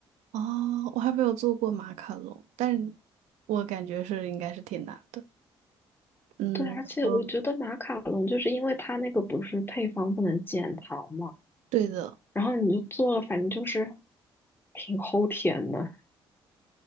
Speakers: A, on the right; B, on the left.
A: 哦，我还没有做过马卡龙，但是我感觉是应该是挺难的。嗯，
B: 对，而且我觉得马卡龙就是因为它那个不是配方不能减糖嘛。
A: 然后对的，
B: 然后你就做了，反正就是挺齁甜的。